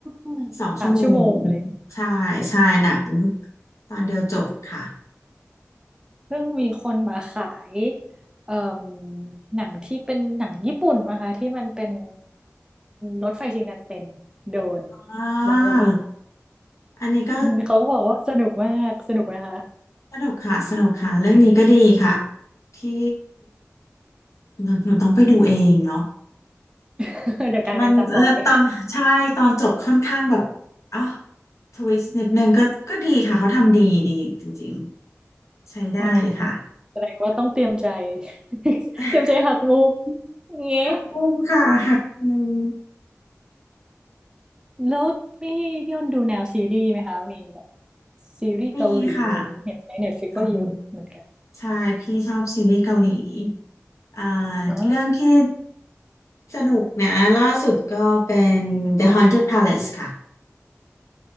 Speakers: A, on the right (about 15°); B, on the left (about 70°).
A: อคสามชั่วโมงอะไรอย่างงี้
B: สองชั่วโมงใช่ใช่หนังตอนเดียวจบค่ะ
A: เพิ่งมีคนมาขายเอ่มหนังที่เป็นหนังญี่ปุ่นนะคะที่มันเป็นรถไฟชินคันเซ็นโดน
B: อ่า
A: วางระเบิด
B: อันนี้ก็
A: อืมเขาก็บอกว่าสนุกมากสนุกนะคะ
B: สนุกค่ะสนุกค่ะเรื่องนี้ก็ดีค่ะที่หนูหนูต้องไปดูเองเนาะ
A: <laughs> เดี๋ยวกลายเป็นสปอย
B: มันเออตอนใช่ตอนจบค่อนข้างแบบอ๋อทวิสต์นิดนึงก็ก็ดีค่ะเขาทำดีดีจริงๆใช้ได้เลยค่ะ
A: อ๋อแสดงว่าต้องเตรียมใจ <laughs>
B: <laughs>
A: เตรียมใจหักมุมเงี้
B: หักมุมค่ะหักมุม
A: แล้วพี่พี่อ้นดูแนวซีรีส์ไหมคะมีแบบซีรีส์เกาหลีอะไรอย่างงี้เห็นในเน็ตฟลิกก็เยอะเหมือนกัน
B: มีค่ะโอ้โห ใช่พี่ชอบซีรีส์เกาหลีอ่า
A: อ๋อ
B: เรื่องที่สนุกนะล่าสุดก็เป็น The Haunted Palace ค่ะ